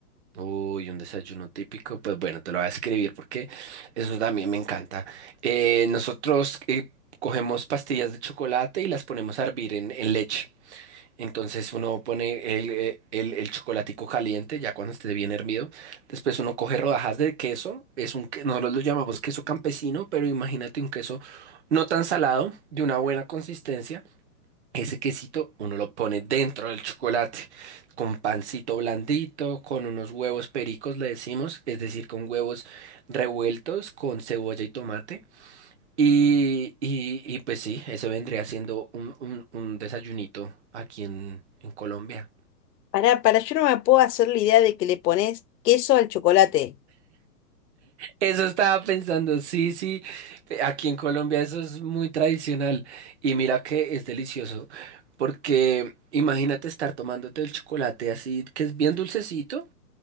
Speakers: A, on the right (about 45°); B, on the left (about 80°).
A: Uy, un desayuno típico, pues bueno, te lo voy a escribir porque eso también me encanta. Eh, nosotros eh, cogemos pastillas de chocolate y las ponemos a hervir en, en leche. Entonces uno pone el, eh, el, el chocolatico caliente, ya cuando esté bien hervido. Después uno coge rodajas de queso, es un, que- nosotros lo llamamos queso campesino, pero imagínate un queso no tan salado, de una buena consistencia. Ese quesito uno lo pone dentro del chocolate, con pancito blandito, con unos huevos pericos, le decimos, es decir, con huevos revueltos, con cebolla y tomate. Y, y, y pues sí, eso vendría siendo un, un, un desayunito aquí en, en Colombia.
B: Pará, para yo no me puedo hacer la idea de que le pones queso al chocolate.
A: Eso estaba pensando, sí, sí, eh, aquí en Colombia eso es muy tradicional. Y mira que es delicioso, porque imagínate estar tomándote el chocolate así, que es bien dulcecito.